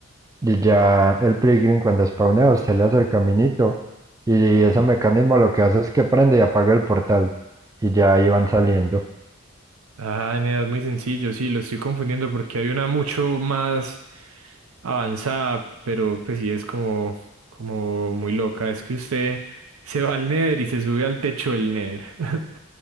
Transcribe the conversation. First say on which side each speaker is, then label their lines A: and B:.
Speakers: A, on the right; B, on the right.
A: Y ya el Pilgrim cuando spawnea, usted le hace el caminito y ese mecanismo lo que hace es que prende y apaga el portal y ya ahí van saliendo.
B: Ah, nada, es muy sencillo, sí, lo estoy confundiendo porque hay una mucho más avanzada, pero pues sí es como, como muy loca. Es que usted se va al Nether y se sube al techo del Nether. <laughs>